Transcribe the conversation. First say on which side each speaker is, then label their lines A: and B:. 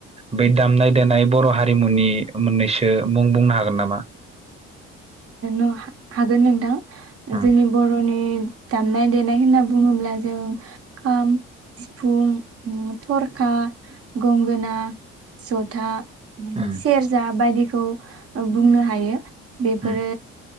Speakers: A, on the right; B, on the right.
A: बै दामनाय देनाय बर हारिमुनि मोननैसो मुं बुंनो हागोन नामा
B: ओ हागोन नोंथां
A: उम
B: जोंनि बरनि दामनाय देनाय होनना बुङोब्ला जों खाम सिफुं थरखा गंगोना जथा
A: उम
B: सेरजा बायदि खौ बुंनो हायो बेफोरो
A: उम उम